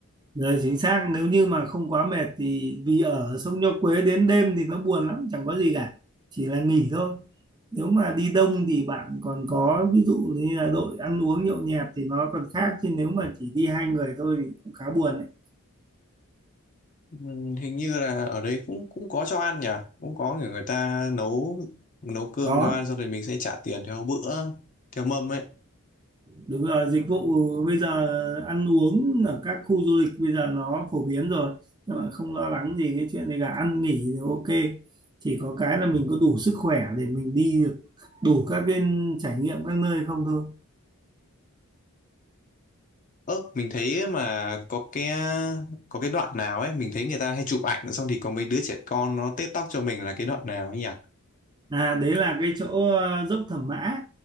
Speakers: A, on the right; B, on the left.
A: Đấy, chính xác nếu như mà không quá mệt thì vì ở sông Nho Quế đến đêm thì nó buồn lắm chẳng có gì cả chỉ là nghỉ thôi nếu mà đi đông thì bạn còn có ví dụ như là đội ăn uống nhậu nhẹt thì nó còn khác chứ nếu mà chỉ đi hai người thôi thì cũng khá buồn đấy
B: Ừ, hình như là ở đấy cũng cũng có cho ăn nhỉ cũng có người người ta nấu nấu cơm
A: có
B: cho ăn xong rồi mình sẽ trả tiền theo bữa theo mâm ấy
A: Đúng rồi, dịch vụ bây giờ ăn uống ở các khu du lịch bây giờ nó phổ biến rồi. Nhưng mà không lo lắng gì cái chuyện này cả ăn nghỉ thì ok. Chỉ có cái là mình có đủ sức khỏe để mình đi được đủ các cái trải nghiệm các nơi không thôi.
B: ơ mình thấy mà có cái có cái đoạn nào ấy mình thấy người ta hay chụp ảnh xong thì có mấy đứa trẻ con nó tết tóc cho mình là cái đoạn nào ấy nhỉ
A: À đấy là cái chỗ ờ, dốc Thẩm Mã